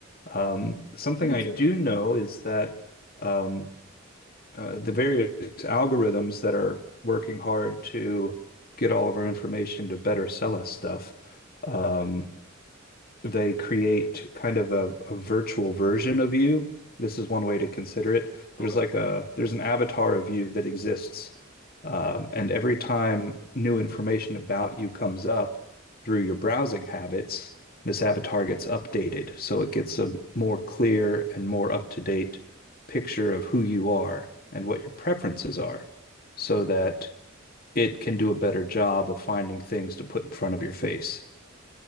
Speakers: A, on the left; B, on the left.
A: Um, something
B: Me
A: I
B: too.
A: do know is that um, uh, the various algorithms that are working hard to get all of our information to better sell us stuff, um, they create kind of a, a virtual version of you. This is one way to consider it. There's
B: Okay.
A: like a there's an avatar of you that exists, um, and every time new information about you comes up through your browsing habits, this avatar gets updated, so it gets a more clear and more up-to-date picture of who you are and what your preferences are, so that it can do a better job of finding things to put in front of your face.